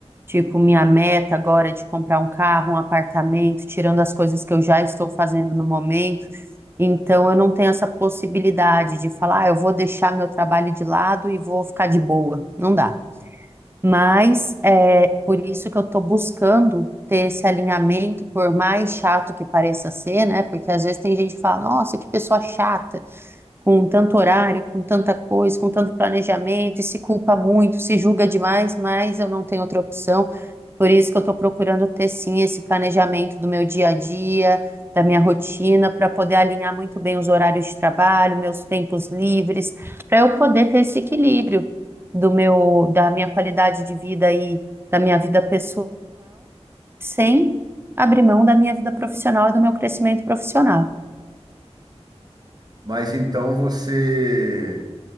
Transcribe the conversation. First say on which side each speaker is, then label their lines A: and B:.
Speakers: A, on the right; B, on the right.
A: Tipo, minha meta agora é de comprar um carro, um apartamento, tirando as coisas que eu já estou fazendo no momento. Então, eu não tenho essa possibilidade de falar, ah, eu vou deixar meu trabalho de lado e vou ficar de boa. Não dá. Mas é por isso que eu estou buscando ter esse alinhamento, por mais chato que pareça ser, né? Porque às vezes tem gente que fala, nossa, que pessoa chata com tanto horário, com tanta coisa, com tanto planejamento, e se culpa muito, se julga demais, mas eu não tenho outra opção. Por isso que eu estou procurando ter sim esse planejamento do meu dia a dia, da minha rotina, para poder alinhar muito bem os horários de trabalho, meus tempos livres, para eu poder ter esse equilíbrio do meu, da minha qualidade de vida e da minha vida pessoal, sem abrir mão da minha vida profissional e do meu crescimento profissional.
B: Mas então você